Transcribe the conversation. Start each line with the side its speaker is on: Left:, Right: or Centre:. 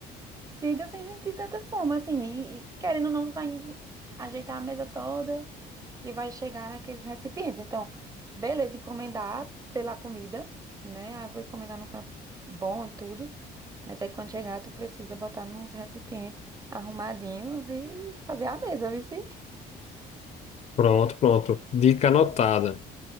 Right: siga sem sentir tanta fome, assim. E, e querendo ou não, vai ajeitar a mesa toda e vai chegar naqueles recipientes. Então, beleza, encomendar pela comida, né? Aí vou encomendar num canto bom e tudo. Mas aí quando chegar, tu precisa botar nos recipientes arrumadinhos e fazer a mesa, viu? sim?
Left: pronto, pronto. Dica anotada.